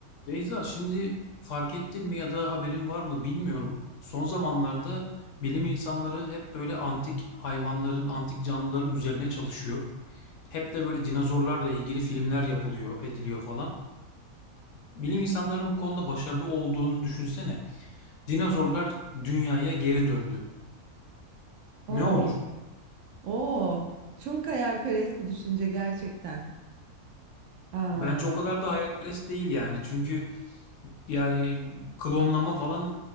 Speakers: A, on the left; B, on the right.
A: Beyza, şimdi fark ettin mi ya da haberin var mı bilmiyorum. Son zamanlarda bilim insanları hep böyle antik hayvanların, antik canlıların üzerine çalışıyor. Hep de böyle dinozorlarla ilgili filmler yapılıyor, ediliyor falan. Bilim insanların bu konuda başarılı olduğunu düşünsene. Dinozorlar dünyaya geri döndü.
B: Oo,
A: Ne olur?
B: oo, çok hayalperest bir düşünce gerçekten. Aa,
A: Bence o kadar da hayalperest değil yani. Çünkü yani klonlama falan